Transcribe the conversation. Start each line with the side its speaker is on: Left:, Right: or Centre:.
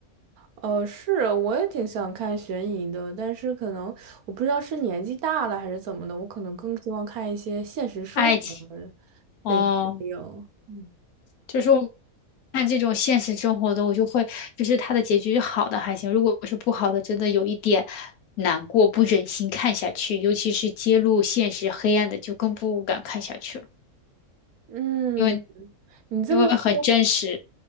Right: 呃，是，我也挺想看悬疑的，但是可能我不知道是年纪大了还是怎么的，我可能更希望看一些现实生活
Left: 爱情。哦，
Right: 类的电影。嗯
Left: 就是看这种现实生活的，我就会就是它的结局是好的还行，如果是不好的，真的有一点难过，不忍心看下去，尤其是揭露现实黑暗的，就更不敢看下去了，
Right: 嗯，
Left: 因为
Right: 你这么说。
Left: 因为很真实。